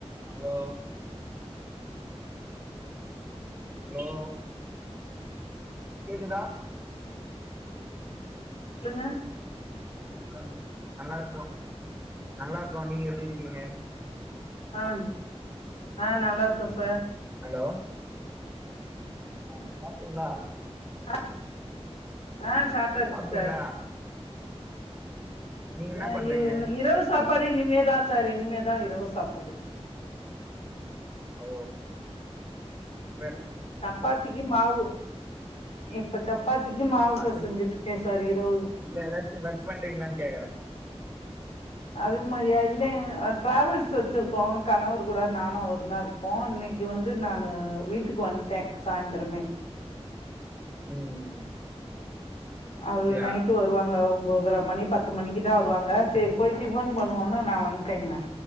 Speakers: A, on the right; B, on the left.
A: Hello hello எதுடா
B: என்ன
A: வணக்கம் நல்லா இருக்கோ நல்லா இருக்கோ நீங்க எப்டி இருக்கீங்க
B: ஆன் ஆ நல்லா இருக்கோ சார்
A: ஹலோ ஆ சாப்ட்டீங்களா
B: ஆ ஆ சாப்ட்டாச்சு
A: சாப்ட்டீங்களா
B: சார்
A: நீங்க
B: வே
A: என்ன பண்றீங்க
B: இ இரவு சாப் சாப்பாடு இனிமேதா சார் இனிமேதா இரவு சாப்பாடு
A: ஓ இப்
B: சப்பாத்திக்கு மாவு இப்ப சப்பாத்திக்கு மாவு
A: அது
B: பெசஞ்சுட்டு இருக்கே சார் இரவு
A: இல்ல ஏதாச்சு ஒர்க் பண்றீங்களான்னு கேக்குறே
B: அது மாரியா இல்ல ஆ டிராவல்ஸ் வச்சிருக்கோ கணவர் கூட நானு அவரும்தா இருப்போ இன்னைக்கு வந்து நானு வீட்டுக்கு வந்ட்டே சாய்ந்தரமே
A: ம்
B: அது
A: அப்டியா
B: நைட்டு வருவாங்க ஒம்போதர மணி பத்து மணிக்குதா வருவாங்க சேரி டிபன் பண்ணுவோன்னு நா வந்ட்டேங்க